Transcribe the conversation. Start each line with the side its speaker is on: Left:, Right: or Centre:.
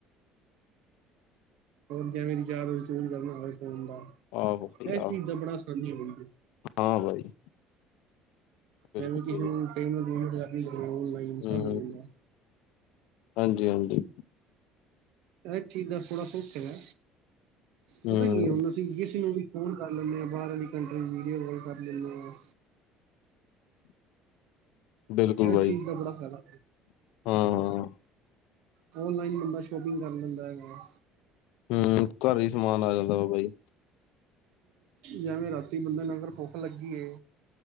Right: ਹੋਰ, ਕਿਵੇਂ ਵਿਚਾਰ, ਫੋਨ ਕਰਨਾ ਹੋਵੇ ਫੋਨ ਦਾ
Left: ਆਹੋ ਬਾਈ
Right: ਇਹ,
Left: ਆਹੋ
Right: ਚੀਜ਼ ਦਾ ਬੜਾ ਆਸਾਨੀ ਹੋਈ।
Left: ਹਾਂ, ਬਾਈ? ਬਿਲਕੁਲ
Right: ਮ ਵੀ ਕਿਸ ਨੂੰ, <inaudible>
Left: ਹੁੰ
Right: ਜਾਂਦਾ
Left: ਹਾਂਜੀ ਹਾਂਜੀ,
Right: ਚਾਹੇ ਠੀਕ ਸੀਗਾ, ਥੋੜਾ ਸੁਸਤ ਹੈਗਾ,
Left: ਹਮ
Right: ਪਤਾ ਕੀ ਹੈ ਉਹ, ਕਿਸੀ ਨੂੰ ਵੀ ਫੋਨ ਕਰ ਲੈਂਦੇ ਆ, ਬਾਹਰ ਵੀ ਕੰਟਰੀ ਵੀਡੀਓ ਕਾਲ ਕਰ ਲੈਂਦੇ, ਆਾਂ
Left: ਬਿਲਕੁਲ,
Right: ਇਹ
Left: ਬਾਈ
Right: ਚੀਜ਼ ਬੜਾ ਫਾਇਦਾ
Left: ਹਾਂ, ਹਾ।
Right: ਔਨਲਾਈਨ, ਬੰਦਾ ਸ਼ੋਪਿੰਗ ਕਰ ਲੈਂਦਾ ਹੈਗਾ।
Left: ਹੂ ਹੂ ਘਰੇ ਹੀ ਸਮਾਨ ਆ ਜਾਂਦਾ ਵਾ ਬਾਈ।
Right: ਜਿਵੇਂ ਰਾਤੀ ਬੰਦਾ ਭੁੱਖ ਲੱਗੀ ਏ